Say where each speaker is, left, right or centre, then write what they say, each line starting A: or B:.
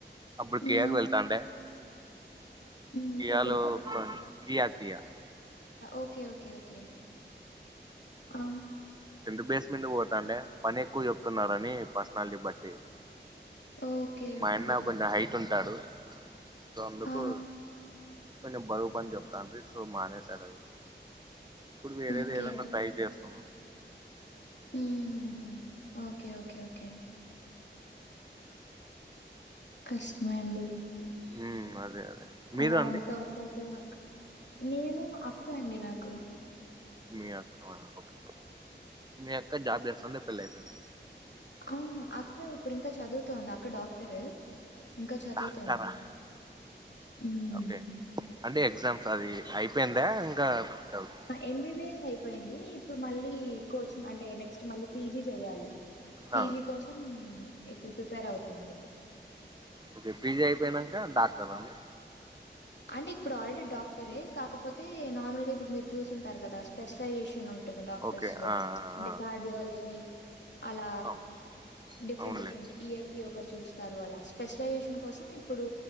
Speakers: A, on the right; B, on the left.
A: అప్పుడి
B: హ్మ్.
A: కేడ వెళ్తాండే
B: ఉమ్ హ్
A: కియాలో
B: ఎక్కడికి
A: కొ- కియా కియా
B: ఓకే ఓకే ఓకే ఆ
A: ఇంటర్ బేస్ మీంద పోతాంటె పనెక్కువ చెప్తున్నారని పర్స్నాలిటీ బట్టి
B: ఓకే.
A: మాయన్న
B: ఓకే.
A: కొంచెం హైట్ ఉంటాడు సో అందుకు
B: ఆ!
A: కొంచెం బరువు పని చెప్తాన్ట్రీ సో మానేసాడది ఇప్పుడు వేరేది
B: ఓకే.
A: ఏదన్నా ట్రై చేస్తున్నాం
B: ఉమ్ హు హు ఓకే ఓకే ఓకే. కష్టమండి
A: ఉమ్ అదే అదే మీరు
B: అలాంత
A: అండి
B: ఒక్కరికే వర్క్ నేను అక్క అండి నాకు.
A: మీ అక్క నా ఓకే మీ అక్క జాబ్ చేస్తుంద పెళ్ళి అయిపోయింద
B: ఆ అక్క ఇప్పుడు ఇంకా చదువుతుంది అక్క డాక్టరు. ఇంకా చదువుతోంది
A: డాక్టరా
B: ఉమ్మ్
A: ఓకే అంటే ఎగ్జామ్స్ అది అయిపోయిందా ఇంకా డౌట్
B: ఎంబీబిఎస్ అయిపోయింది ఇప్పుడు మళ్ళీ కోచింగ్ అంటే నెక్స్ట్ మళ్ళీ పీజి చెయాలి. పీజి
A: ఆ
B: కోసం ఇప్పుడు ప్రిపేర్ అవుతుంది.
A: ఓకే పీజీ అయిపోయినాక డాక్టర అండి.
B: అంటే ఇప్పుడు ఆల్రెడీ డాక్టరే కాకపోతే నార్మల్ గా ఇప్పుడు మీరు చూసింటారు కదా స్పెషలైజేషన్ ఉ. ఉంటుంది డాక్టర్స్
A: ఓకే
B: లో
A: ఆ
B: అంటే
A: ఆ ఆ
B: కార్డియాలజీ. అలా
A: అవును
B: డిఫరెంట్
A: అవునులేండి
B: డిఫరెంట్ ఇయర్. ఈ ఒకరు చూస్తారు అలా స్పెషలైజేషన్ కోసం ఇప్పుడు